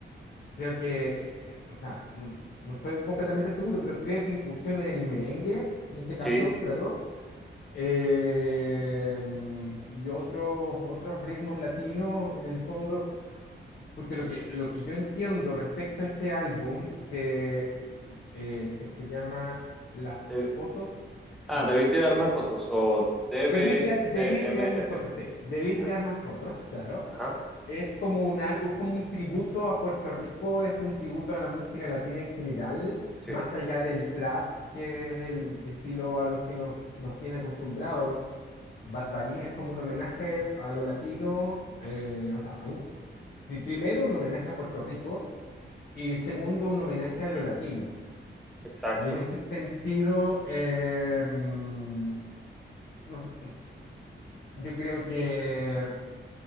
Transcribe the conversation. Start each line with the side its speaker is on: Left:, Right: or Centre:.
Left: Creo que, eh, o sea, no, no estoy completamente seguro, pero creo que incursionan en el merengue, en este caso,
Centre: Sí.
Left: claro, eh, y otros, otros ritmos latinos, en el fondo, porque lo que, lo que yo entiendo respecto a este álbum, que, eh, que se llama Las
Centre: Deb-
Left: fotos,
Centre: ah,
Left: no,
Centre: debí tirar más fotos. O D
Left: debí
Centre: B
Left: tirar- debí
Centre: T DBTMF.
Left: tirarme fotos, sí, debí
Centre: Ah,
Left: tirar más fotos, claro.
Centre: ajá.
Left: Es como un, al- un- como un tributo a Puerto Rico, es un tributo a la música latina en general,
Centre: Sí.
Left: más allá del trap, que es el estilo a los que nos, nos tiene acostumbrados. Bad Bunny es como un homenaje a lo latino, eh, o sea, a un- pri- primero un homenaje a Puerto Rico y segundo un homenaje a lo latino.
Centre: Exacto.
Left: Y en ese sentido, eh, mm, no- yo creo que